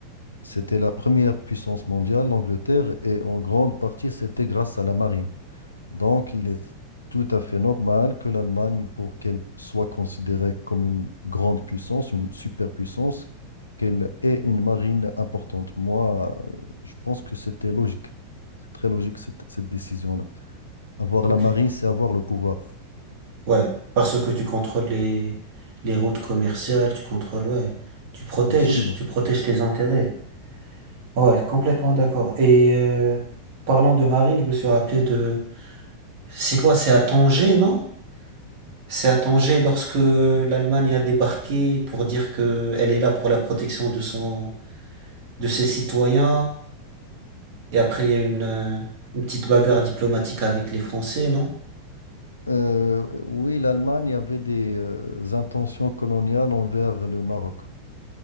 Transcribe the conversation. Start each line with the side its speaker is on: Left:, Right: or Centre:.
Left: C'était la première puissance mondiale, l'Angleterre, et en grande partie, c'était grâce à la marine. Donc, il est tout à fait normal que l'Allemagne, pour qu'elle soit considérée comme une grande puissance, une superpuissance, qu'elle ait une marine importante. Moi, euh, je pense que c'était logique. C'est très logique, cette, cette décision-là. Avoir
Right: Ok.
Left: la marine, c'est avoir le pouvoir.
Right: Ouais, parce que tu contrôles les, les routes commerciales, tu contrôles, ouais, tu protèges,
Left: Absolument.
Right: tu protèges tes intérêts. Ouais, complètement d'accord. Et euh, parlant de marine, je me suis rappelé de... C'est quoi? C'est à Tanger, non? C'est à Tanger lorsque l'Allemagne a débarqué pour dire que elle est là pour la protection de son, de ses citoyens. Et après, il y a une, euh, une petite bagarre diplomatique avec les Français, non?
Left: Euh, oui, l'Allemagne avait des euh, intentions coloniales envers le Maroc.